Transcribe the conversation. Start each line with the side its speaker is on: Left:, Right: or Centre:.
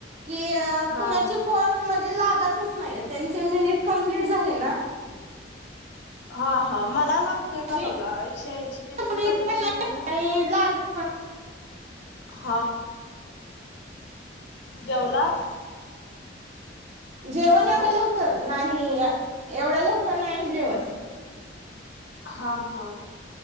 Right: की,
Left: हा
Right: कुणाचे फोन म्हणजे लागतच नाही त्यांचे मिनट कम्पलीट झालेत ना
Left: हा हा मला लागतोय का
Right: जी
Left: बघा, एकशे ऐंशी ल
Right: पण
Left: मट
Right: येत
Left: भाज
Right: पण
Left: पूर्ण
Right: नाही
Left: झा
Right: आणि लागत पण
Left: हा, जेवला?
Right: जेवण
Left: हॅलो
Right: एवढ्या लवकर नाही, एवढ्या लवकर नाही जेवत.
Left: हा-हा